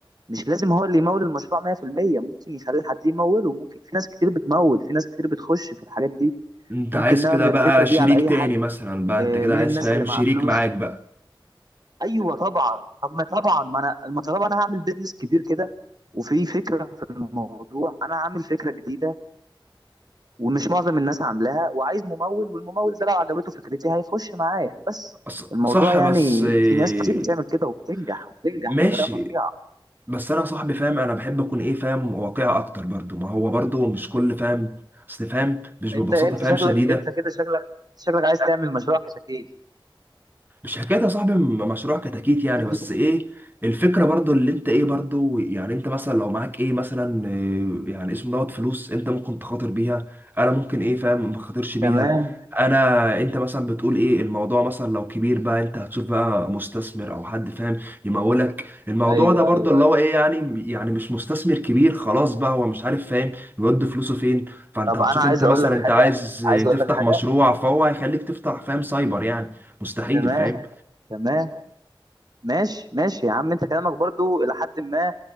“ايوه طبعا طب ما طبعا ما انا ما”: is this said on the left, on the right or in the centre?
Right